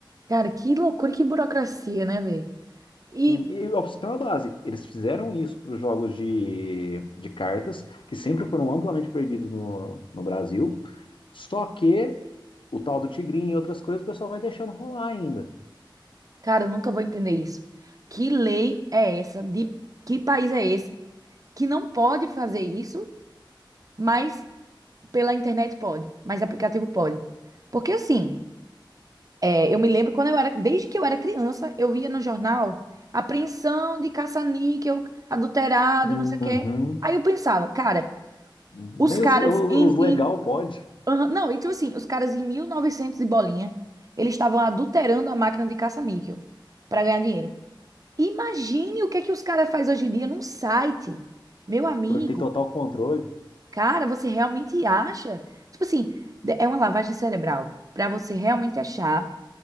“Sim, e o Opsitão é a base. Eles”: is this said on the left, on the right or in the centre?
Left